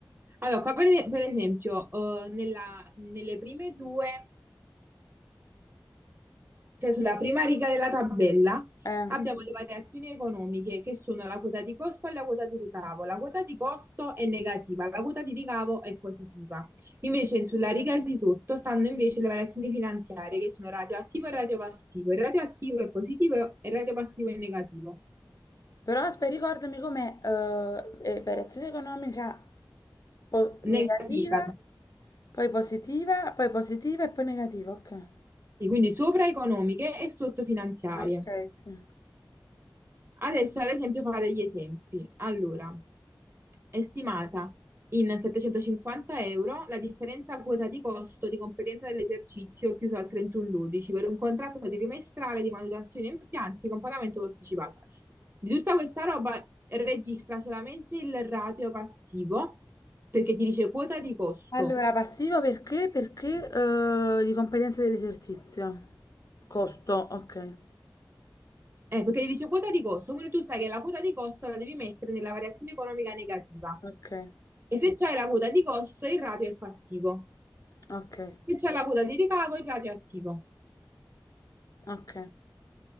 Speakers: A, on the right; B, on the left.
A: Allora, qua per, per esempio, eh, nella- nelle prime due. cioè sulla prima riga della tabella
B: Eh.
A: abbiamo le variazioni economiche che sono la quota di costo e la quota di ricavo. La quota di costo è negativa, la quota di ricavo è positiva. Invece sulla riga di sotto stanno invece le variazioni finanziarie che sono radioattivo e radiopassivo. Il radioattivo è positivo e il radiopassivo è negativo.
B: Però aspetta, ricordami com'è eh, eh, variazione economica po- negativa,
A: Negativa.
B: poi positiva, poi positiva e poi negativa, ok.
A: Sì, quindi sopra economiche e sotto finanziarie.
B: Ok, sì.
A: Adesso, ad esempio, fa degli esempi. Allora, è stimata in 750 euro la differenza quota di costo di competenza dell'esercizio chiuso al 31-12 per un contratto trimestrale di manutenzione impianti con pagamento posticipato. Di tutta questa roba registra solamente il ratio passivo perché ti dice quota di costo.
B: Allora, passivo perché? Perché eh, di competenza dell'esercizio. Costo, ok,
A: Eh, perché gli dice quota di costo, quindi tu sai che la quota di costo la devi mettere nella variazione economica negativa.
B: ok,
A: E se c'hai la quota di costo, il ratio è passivo.
B: ok,
A: Se c'è la quota di ricavo, il ratio è attivo.
B: ok.